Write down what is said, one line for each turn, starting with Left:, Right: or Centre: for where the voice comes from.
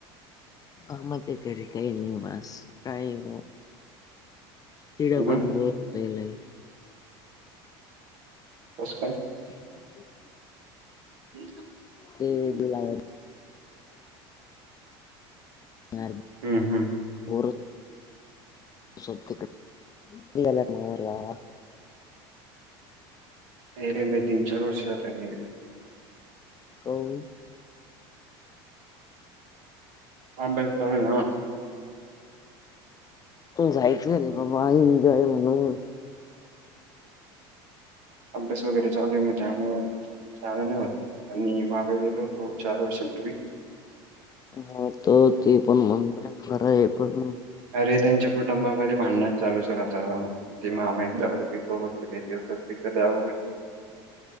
Left: मामाच्या घरी काही नाही बास काही नाही. ठीक आहे
Right: हम्म
Left: आपण बोर होतय लई.
Right: कसं काय?
Left: <unintelligible>
Right: <unintelligible>
Left: ते लाग यार ब
Right: हुं, हुं.
Left: पोरं सोड तिकडं मुली याल्यात म्हण मला
Right: नाही रे मी तीन चार वर्षात नाही
Left: काऊन?
Right: अभ्यास चालू हे ना.
Left: जायचं रे बाबा एन्जॉय म्हणून.
Right: अभ्यास वगैरे जाऊदे म्हणलं त्यामुळं <unintelligible> नाही होत आणि माग गेलो होतो चार वर्षापूर्वी
Left: हा तो ते पण म्हणं खरं आहे पण
Right: अरे त्यांच्या कुटुंबामध्ये भांडण चालूच राहता. ते मामा एक दारू पितो <unintelligible> तिचं लई आवघड आहे